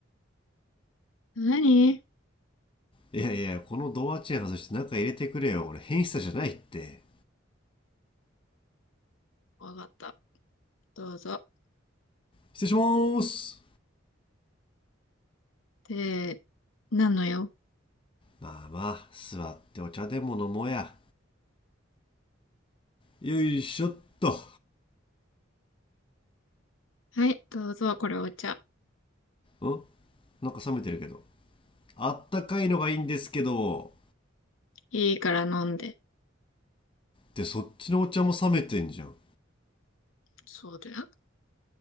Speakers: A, on the left; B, on the left.
A: 何
B: ーいやいや、このドアチェーン外して中入れてくれよ。俺、変質者じゃないって。
A: わかった。どうぞ。
B: 失礼しまーす。
A: で、なのよ。
B: まあまあ、座ってお茶でも飲もうや。よいしょっと。
A: はい、どうぞ、これお茶。
B: んなんか冷めてるけど。あったかいのがいいんですけど。
A: いいから飲んで。
B: で、そっちのお茶も冷めてんじゃん。
A: そうだよ。